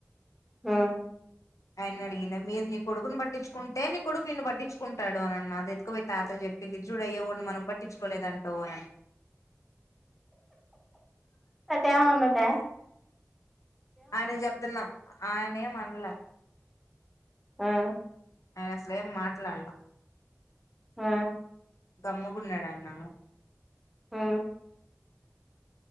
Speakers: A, in the centre; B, on the left (about 75°).
A: ఉమ్
B: అయ్యన్నీ అడిగిందా మీరు నీ కొడుకును పట్టించుకుంటే నీ కొడుకు నీన్ను పట్టించుకుంటాడు అనన్న అది ఎతుకపోయి తాతకి చెప్పింది చూడయ్యోడిని మనం పట్టించుకోలేదంటో అని
A: అత్తయ ఉన్నదా
B: ఆయన చెప్తున్నాం ఆయన ఏం అన్నల
A: ఆ
B: అసల్ ఏం మాట్లాడలా
A: ఆ
B: దమ్ముకున్నాడు ఆయన
A: ఆ